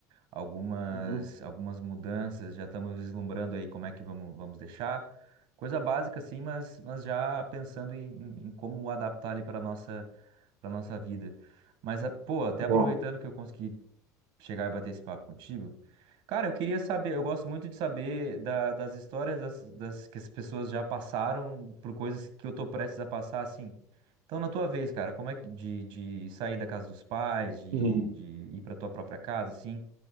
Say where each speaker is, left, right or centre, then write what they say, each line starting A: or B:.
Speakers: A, on the right; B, on the right.
A: algumas,
B: Uhum.
A: algumas mudanças, já estamos vislumbrando aí como é que vamos, vamos deixar. Coisa básica, assim, mas, mas já pensando em, em- em como adaptar ali para nossa, para nossa vida. Mas, a- pô, até
B: Bom,
A: aproveitando que eu consegui chegar e bater esse papo contigo. Cara, eu queria saber, eu gosto muito de saber da- das histórias das, das- que as pessoas já passaram por coisas que eu tô prestes a passar, assim. Então, na tua vez, cara, como é que de, de sair da casa dos pais, de,
B: uhum.
A: de ir pra tua própria casa, assim,